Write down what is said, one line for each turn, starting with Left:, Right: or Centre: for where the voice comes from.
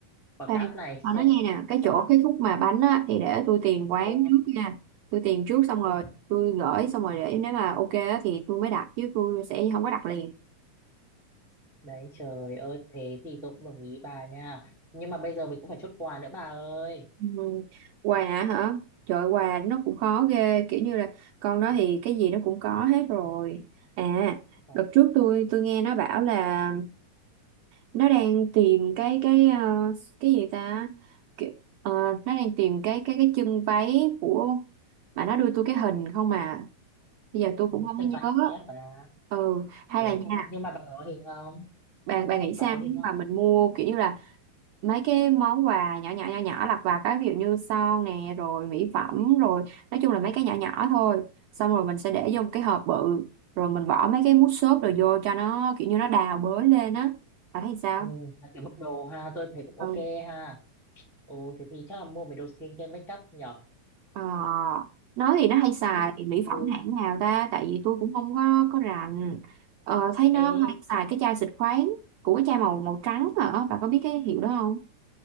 Centre: quả
Right: Khoan,
Centre: cáp này
Right: ờ,
Centre: xem
Right: nói nghe
Centre: con,
Right: nè cái
Centre: xem
Right: chỗ
Centre: con.
Right: cái khúc mà bánh á thì để tôi tìm quán
Centre: Ờ,
Right: trước nha tôi tìm trước xong rồi
Centre: ừ,
Right: tôi gửi xong rồi để nếu mà ok á thì tôi mới đặt chứ tôi sẽ không có đặt liền
Centre: đấy trời ơi, thế thì tôi cũng đồng ý bà nha. Nhưng mà bây giờ mình cũng phải chốt quà nữa bà ơi.
Right: Ừ. Quà hả? Trời quà nó cũng khó ghê kiểu như là con
Centre: Ừ,
Right: đó thì cái gì nó cũng có hết rồi à
Centre: cũng có
Right: đợt trước tôi tôi nghe nó bảo là nó đang tìm cái cái ờ, cái gì ta Kiểu- ờ, nó đang tìm cái cái cái chân váy của mà nó đưa tôi cái hình không à bây giờ tôi
Centre: ừ,
Right: cũng không
Centre: chân váy
Right: có nhớ
Centre: gì á bà.
Right: ừ hay
Centre: Ủa
Right: là nha
Centre: nhưng, nhưng mà bà có hình không?
Right: bà bà nghĩ sao
Centre: Bà có
Right: nếu
Centre: hình
Right: như
Centre: không?
Right: mà mình mua kiểu như là mấy cái món quà nhỏ nhỏ nhỏ nhỏ lặt vặt á ví dụ như son nè rồi mỹ phẩm rồi nói chung là mấy cái nhỏ nhỏ thôi xong rồi mình sẽ để vô một cái hộp bự rồi mình bỏ mấy cái mút xốp rồi vô cho nó kiểu như nó đào bới lên á bạn thấy sao
Centre: Ừ, là kiểu bốc đồ ha, tôi thấy cũng ok
Right: ừ
Centre: ha. Ừ, thế thì chắc là mua mấy đồ skincare make up nhở.
Right: Ờ, nói thì nó hay xài
Centre: Nhưng mà
Right: thì mỹ
Centre: từ từ,
Right: phẩm hãng nào ta tại vì tôi cũng không có có rành Ờ, thấy nó
Centre: ê
Right: hay xài cái chai xịt khoáng của cái chai màu màu trắng hả bạn có biết cái hiệu đó không